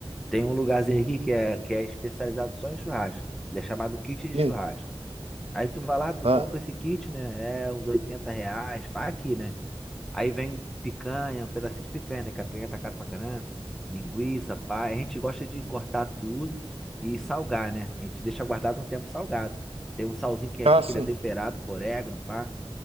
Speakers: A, in the centre; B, on the right.
A: Tem um lugarzinho aqui que é, que é especializado só em churrasco. Ele é chamado kit de
B: Sim.
A: churrasco. Aí tu vai lá, tu
B: Ah,
A: compra esse kit, né? É uns 80 reais, pá, aqui, né? Aí vem picanha, um pedacinho de picanha, né? Que a picanha tá cara pra caramba. Linguiça, pá. A gente gosta de cortar tudo e salgar, né? A gente deixa guardado um tempo salgado. Tem um salzinho que é
B: ah,
A: aqui,
B: sim.
A: que ele é temperado com orégano, pá.